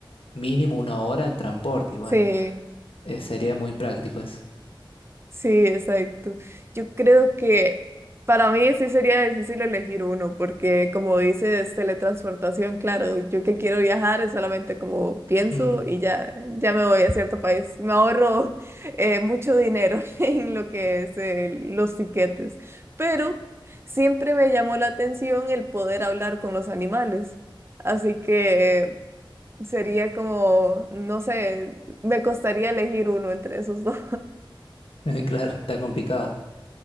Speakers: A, on the left; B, on the right.
A: mínimo una hora en transporte y bueno,
B: Sí,
A: eh, sería muy práctico eso.
B: sí, exacto. Yo creo que para mí sí sería difícil elegir uno, porque como dices, teletransportación, claro, yo que quiero viajar es solamente como pienso
A: Mm,
B: y ya, ya me voy a cierto país. Me ahorro <laughs> eh, mucho dinero <laughs> en lo que es eh, los tiquetes, pero siempre me llamó la atención el poder hablar con los animales. Así que sería como, no sé, me costaría elegir uno entre esos <laughs> dos.
A: <laughs> Claro, está complicado.